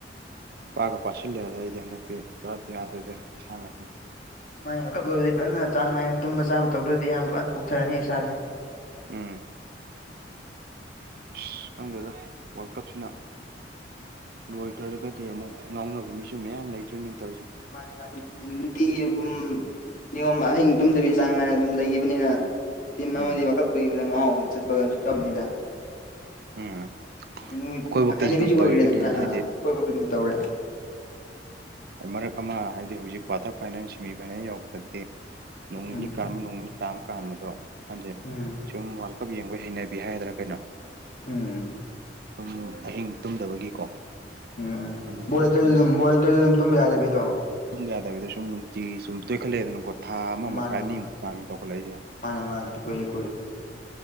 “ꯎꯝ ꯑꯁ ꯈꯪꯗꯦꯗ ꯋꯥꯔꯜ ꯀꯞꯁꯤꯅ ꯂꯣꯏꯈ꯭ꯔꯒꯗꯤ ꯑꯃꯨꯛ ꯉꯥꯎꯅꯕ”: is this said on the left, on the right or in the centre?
Right